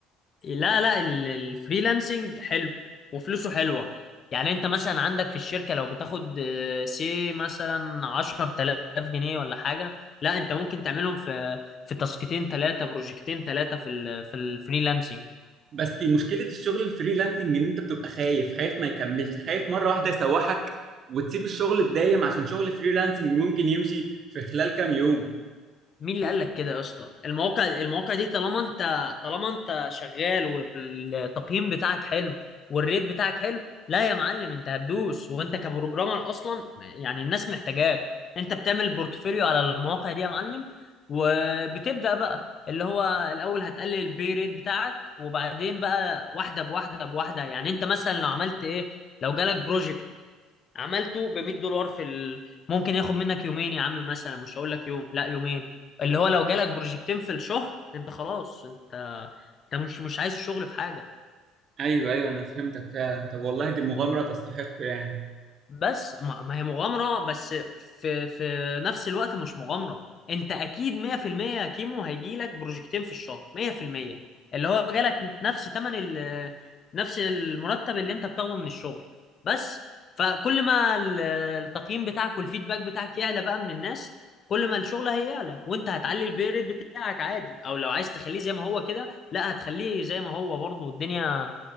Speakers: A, on the left; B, on the right.
A: لا لا ال- الفريلانسنج حلو وفلوسه حلوة يعني انت مثلا عندك في الشركة لو بتاخد آه، سي مثلا عشرة آلاف جنيه ولا حاجة لا انت ممكن تعملهم في في تاسكتين ثلاثة بروجكتين ثلاثة في ال في الفريلانسنج
B: بس دي مشكلة الشغل الفريلانسنج ان انت بتبقى خايف خايف ما يكملش خايف مرة واحدة يسوحك وتسيب الشغل الدايم عشان شغل الفريلانسنج ممكن يمشي في خلال كام يوم
A: مين اللي قال لك كده يا اسطى المواقع المواقع دي طالما انت طالما انت شغال والتقييم بتاعك حلو والريت بتاعك حلو لا يا معلم انت هتدوس وانت كبروجرامر اصلا يعني الناس محتاجاك انت بتعمل بورتفوليو على المواقع دي يا معلم وبتبدأ بقى اللي هو الاول هتقلل البي ريت بتاعك وبعدين بقى واحده بواحده بواحده يعني انت مثلا لو عملت ايه لو جالك بروجكت عملته ب 100 دولار في ال... ممكن ياخد منك يومين يا عم مثلا مش هقول لك يوم لا يومين اللي هو لو جالك بروجكتين في الشهر انت خلاص انت انت مش مش عايز شغل في حاجه
B: ايوه ايوه انا فهمتك فعلا طب والله دي مغامرة تستحق يعني
A: بس ما ما هي مغامرة بس في في نفس الوقت مش مغامرة انت اكيد 100% يا كيمو هيجيلك بروجكتين في الشهر 100% اللي هو جالك نفس تمن ال نفس المرتب اللي انت بتاخده من الشغل بس فكل ما ال- التقييم بتاعك والفيدباك بتاعك يعلى بقى من الناس كل ما الشغل هيعلى وانت هتعلي البي ريت بتاعك عادي او لو عايز تخليه زي ما هو كده لا هتخليه زي ما هو برضه الدنيا